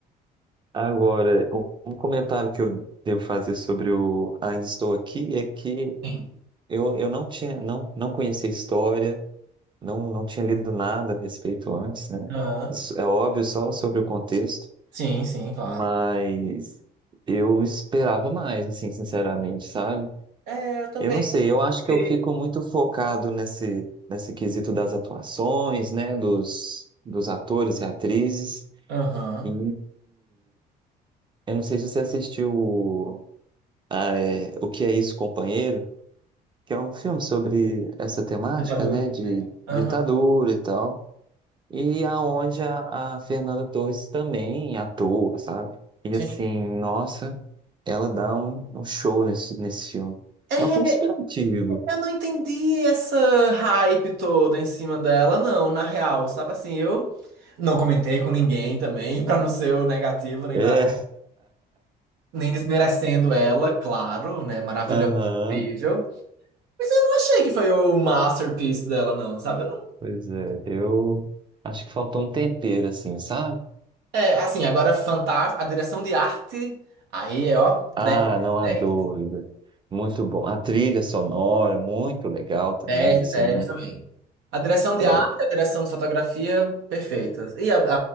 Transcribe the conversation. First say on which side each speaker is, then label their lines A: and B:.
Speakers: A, on the right; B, on the right.
A: Agora, um um comentário que eu devo fazer sobre o Ainda Estou Aqui é que
B: Sim.
A: Eu, eu não tinha, não, não conhecia a história, não, não tinha lido nada a respeito antes, né?
B: Aham.
A: Isso é óbvio só sobre o contexto,
B: Sim, sim, claro.
A: mas eu esperava mais, assim, sinceramente, sabe?
B: É, eu também.
A: Eu não sei, eu acho que
B: Sim.
A: eu fico muito focado nesse, nesse quesito das atuações, né? Dos, dos atores e atrizes.
B: Aham.
A: E eu não sei se você assistiu é, O Que É Isso, Companheiro, que é um filme sobre essa temática,
B: Ditadura
A: né? De
B: também. Aham.
A: ditadura e tal. E aonde a, a Fernanda Torres também atua, sabe? E
B: Sim.
A: assim, nossa, ela dá um, um show nesse, nesse filme.
B: É,
A: É um filme super antigo.
B: Eu não entendi essa hype toda em cima dela, não, na real, sabe assim, eu não comentei com ninguém também, <laughs> pra não ser o negativo nem
A: É,
B: nada, nem desmerecendo ela, claro, né, maravilhosa,
A: aham.
B: incrível, mas eu não achei que foi o masterpiece dela, não, sabe, eu não...
A: Pois é, eu acho que faltou um tempero, assim, sabe?
B: É, assim, agora fantástico, a direção de arte, aí, é, ó, dez
A: Ah, não há
B: dez
A: dúvida. Muito bom. A trilha sonora, muito legal também,
B: 10,
A: sim,
B: 10
A: né?
B: também. A direção de
A: É,
B: arte, a direção de fotografia, perfeitas, e a,